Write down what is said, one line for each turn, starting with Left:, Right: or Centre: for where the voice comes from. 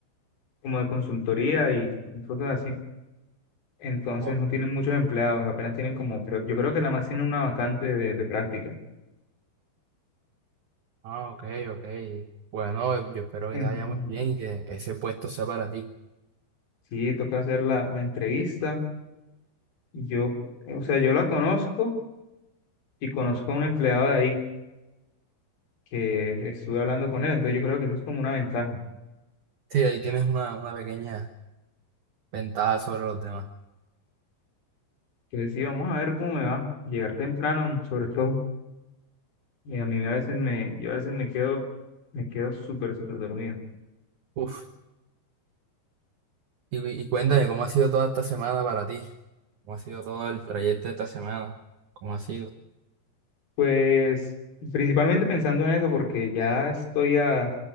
Left: como de consultoría y cosas así. entonces
Right: Ok.
Left: no tienen muchos empleados, apenas tienen como, creo- yo creo que nada más tienen una vacante de, de práctica.
Right: Ah, ok, ok. Bueno, yo espero
Left: Entonces,
Right: que te vaya muy bien y que ese puesto sea para ti.
Left: sí, toca hacer la, la entrevista. Yo, o sea, yo la conozco y conozco a un empleado de ahí que estuve hablando con él, entonces yo creo que eso es como una ventaja.
Right: Sí, ahí tienes una, una pequeña ventaja sobre los demás.
Left: Entonces sí, vamos a ver cómo me va. Llegar temprano, sobre todo, y a mí a veces me, yo a veces me quedo, me quedo súper, súper dormido.
Right: Uf, y, y cuéntame, ¿cómo ha sido toda esta semana para ti? ¿Cómo ha sido todo el trayecto de esta semana? ¿Cómo ha sido?
Left: Pues principalmente pensando en eso, porque ya estoy a,